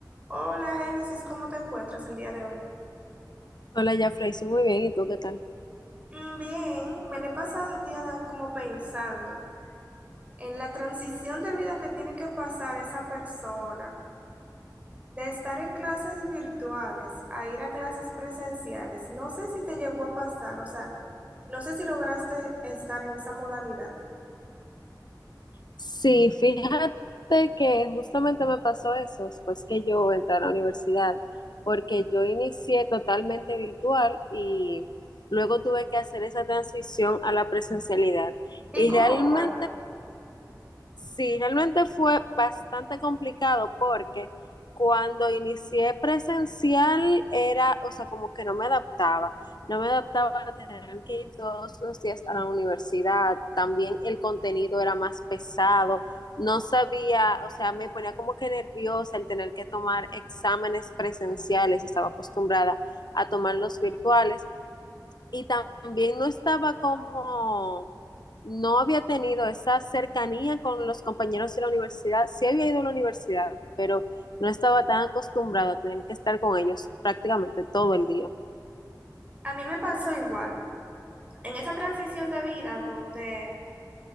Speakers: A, on the right; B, on the left.
A: Hola, Génesis, ¿cómo te encuentras el día de hoy?
B: Hola, ya, hice muy bien. ¿Y tú qué tal?
A: Mm, Bien, me lo he pasado el día de hoy como pensando en la transición de vida que tiene que pasar esa persona de estar en clases virtuales a ir a clases presenciales. No sé si te llegó a pasar, o sea, no sé si lograste estar en esa modalidad.
B: Sí, fíjate que justamente me pasó eso después que yo entré a la universidad, porque yo inicié totalmente virtual y luego tuve que hacer esa transición a la presencialidad.
A: ¿Y
B: Y
A: cómo
B: realmente
A: fue?
B: Sí, realmente fue bastante complicado porque cuando inicié presencial era, o sea, como que no me adaptaba, no me adaptaba a tener que ir todos los días a la universidad, también el contenido era más pesado, no sabía, o sea, me ponía como que nerviosa el tener que tomar exámenes presenciales, estaba acostumbrada a tomar los virtuales y también no estaba como, no había tenido esa cercanía con los compañeros de la universidad. Sí había ido a la universidad, pero no estaba tan acostumbrado a tener que estar con ellos prácticamente todo el día.
A: A mí me pasó igual. En esa transición de vida donde